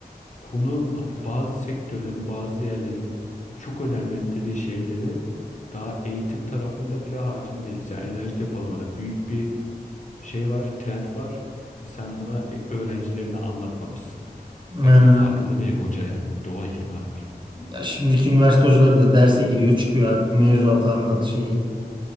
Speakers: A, on the left; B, on the right.
A: konu hani bazı sektörlerin bazı yerlerin çok önemli dediği şeyleri daha eğitim tarafında bile hakim değiliz. Yani enerji depolamada büyük bir şey var, trend var ve sen buna e- öğrencilerine anlatmamışsın.
B: Yani,
A: Belki de farkında değil hoca yani. Bir de o ihtimal var.
B: ya şimdiki üniversite hocaları da derse giriyor çıkıyor abi mevzuatı anlat şeyi.